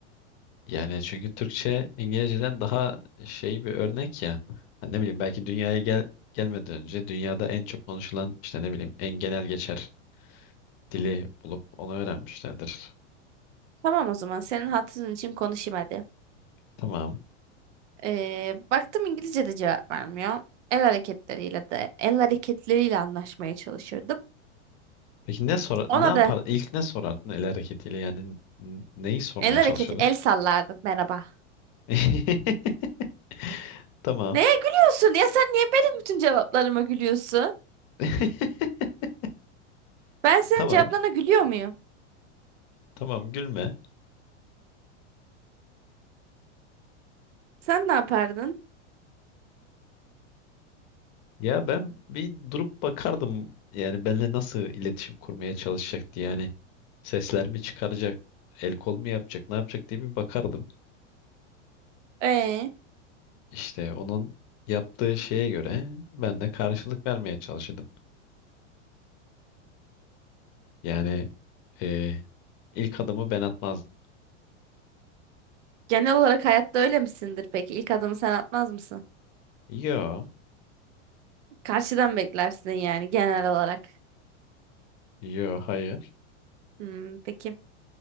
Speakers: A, on the left (about 45°); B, on the right (about 75°).
A: yani çünkü Türkçe İngilizce'den daha şey bir örnek ya. Hani ne bileyim belki dünyaya gel gelmeden önce dünyada en çok konuşulan işte ne bileyim en genel geçer dili bulup onu öğrenmişlerdir.
B: Tamam o zaman senin hatırın için konuşayım hadi.
A: Tamam.
B: Ee, baktım İngilizce de cevap vermiyor. El hareketleriyle de el hareketleriyle anlaşmaya çalışırdım.
A: Peki ne sor
B: Ona
A: ne yapar
B: da
A: ilk ne sorardın el hareketiyle yani n- neyi sormaya
B: el
A: çalışırdın?
B: hareketi el sallardım merhaba.
A: <laughs> Tamam.
B: Neye gülüyorsun ya sen niye benim bütün cevaplarıma gülüyorsun?
A: <laughs>
B: Ben senin
A: Tamam.
B: cevaplarına gülüyor muyum?
A: Tamam gülme.
B: Sen ne yapardın?
A: Ya ben bir durup bakardım yani benimle nasıl iletişim kurmaya çalışacaktı yani sesler mi çıkaracak el kol mu yapacak ne yapacak diye bir bakardım.
B: Ee,
A: İşte onun yaptığı şeye göre ben de karşılık vermeye çalışırdım. Yani e, ilk adımı ben atmazdım.
B: genel olarak hayatta öyle misindir peki? İlk adımı sen atmaz mısın?
A: Yo
B: Karşıdan beklersin yani genel olarak.
A: yo hayır
B: Hmm, peki.